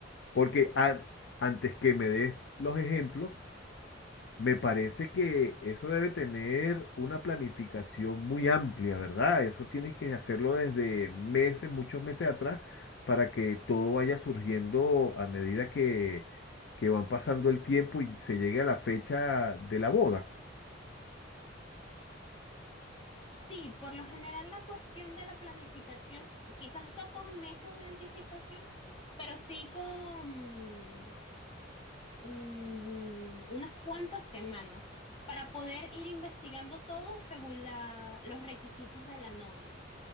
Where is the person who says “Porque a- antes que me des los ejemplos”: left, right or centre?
Left